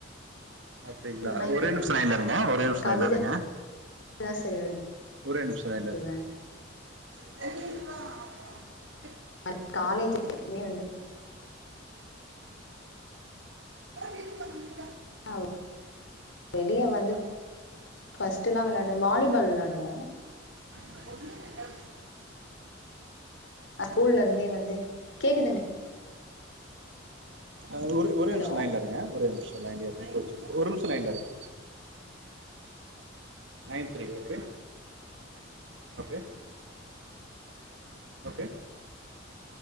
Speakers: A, on the right (about 65°); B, on the left (about 65°).
A: அப்டிங்ளா
B: இருந்தேன்னா இப்ப
A: ஒரே நிமிஷ லைன்லருங்க ஒரே நிமிஷ
B: கவித
A: லைன்லருங்க
B: தா சார்
A: ஒரே நிமிஷ லைன்ல
B: எழுதுவே
A: இருங்க <inaudible>
B: <inaudible> காலேஜு <inaudible> வந்து
A: <inaudible>
B: <inaudible> வெளிய வந்து ஃபஸ்ட்டுலா வெளான்டு வாலிபால் வெளாடுவோ
A: <inaudible>
B: ஸ்கூல்ல இருந்தே வந்து கேக்குதுங்
A: ஒரு ஒரே
B: ஹலோ
A: நிமிஷ லைன்ல இருங்க ஒரே நி மிஷொ லைன்லயே <inaudible> ஒரு நிமிஷ லைன்ல இருங்க nine three okay okay okay